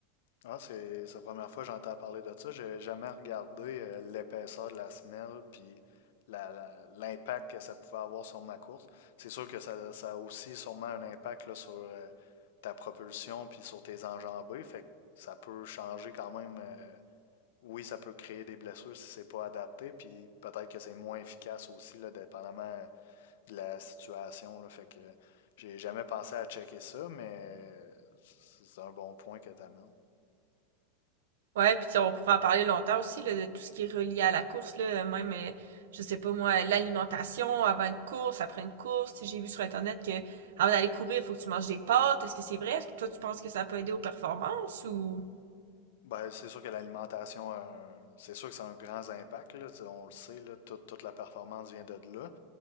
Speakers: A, on the left; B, on the right.
A: Ah, c'est c'est la première fois que j'entends parler de ça. J'ai jamais regardé euh, l'épaisseur de la semelle puis la- la- l'impact que ça pouvait avoir sur ma course. C'est sûr que ça, ça a aussi sûrement un impact là, sur euh, ta propulsion puis sur tes enjambées. Fait que ça peut changer quand même. euh, oui, ça peut créer des blessures si c'est pas adapté. Puis peut-être que c'est moins efficace aussi, là, dépendamment de la situation. Là. Fait que j'ai jamais pensé à checker ça, mais c'est c'est un bon point que tu amènes.
B: Ouais, puis tu sais, on pourra en parler longtemps aussi là, de tout ce qui est relié à la course là, même euh, je sais pas moi, l'alimentation avant une course, après une course, Tu sais, j'ai vu sur internet que avant d'aller courir, il faut que tu manges des pâtes. Est-ce que c'est vrai? Est-ce que toi tu penses que ça peut aider aux performances ou
A: Ben, c'est sûr que l'alimentation, a un- c'est sûr que ça a un grand impact, là, tu sais, on le sait, là, toute, toute la performance vient de là,